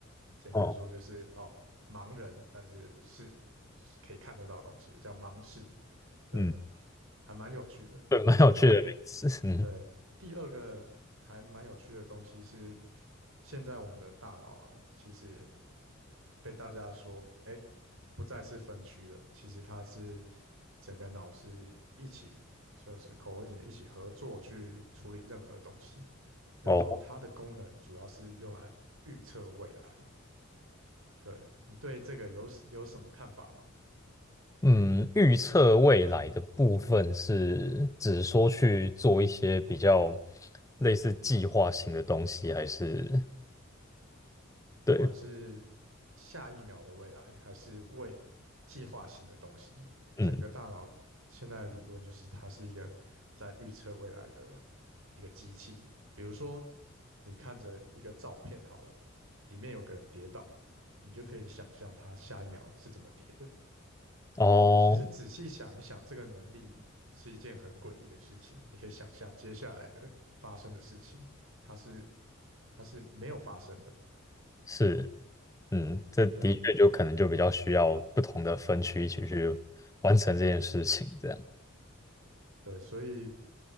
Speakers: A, on the right; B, on the left.
A: 简单来说就是哦，
B: 哦，
A: 盲人，但是是是可以看得到东西的，叫盲视。对，
B: 嗯，
A: 还蛮有趣的。
B: 对，蛮有趣的名词，
A: 然后
B: 嗯。
A: 对，第二个还蛮有趣的东西是，现在我们的大脑啊，其实被大家说，哎，不再是分区了，其实它是整个脑是一起，就是 c o o r d i n a 一起合作去处理任何东西，然后它的功能主要是用来预测未来。
B: 哦。
A: 对，你对这个有有什么看法吗？
B: 嗯，预测未来的部分是指说去做一些比较类似计划性的东西，还是对，
A: 不管是下一秒的未来，还是未计划型的东西，
B: 嗯，
A: 整个大脑现在的理论就是它是一个在预测未来的一个机器。比如说，你看着一个照片好了，里面有个人跌倒，你就可以想象他下一秒是怎么跌的。
B: 哦，
A: 其实仔细想一想，这个能力是一件很诡异的事情。你可以想象接下来的发生的事情，它是它是没有发生的。
B: 是，
A: 对
B: 嗯，这的确就可能就比较需要不同的分区一起去完成这件事情，
A: 对，
B: 这样，
A: 对，所以